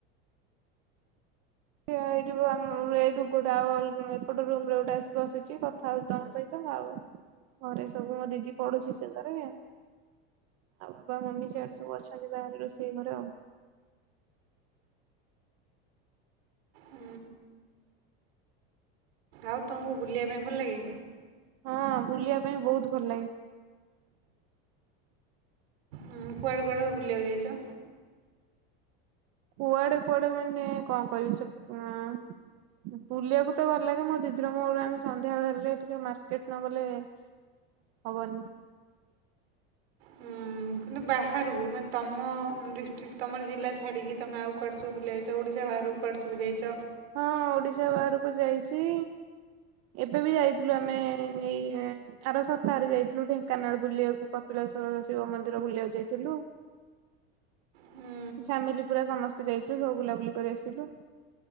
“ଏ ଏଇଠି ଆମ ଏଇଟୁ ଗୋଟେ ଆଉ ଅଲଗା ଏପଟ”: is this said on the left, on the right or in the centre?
Right